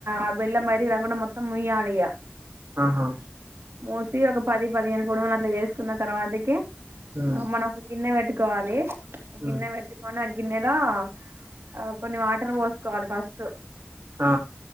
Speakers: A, on the right; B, on the right.
A: ఆ బెల్లం బయటకి రాకుండా మొత్తం ముయ్యాలిగా
B: ఆహా
A: మొసి ఒక పది పదిహేను కుడుములు అట్లా వేసుకున్న తర్వాతకి
B: హ్మ్.
A: అమ్మ నాకు తిన్న వెంట్ కాాలి
B: హ్మ్.
A: గిన్న వంటి కొన గిన్నెలో ఆ కొన్ని వాటర్ పోసుకోవాలి ఫస్ట్
B: ఆ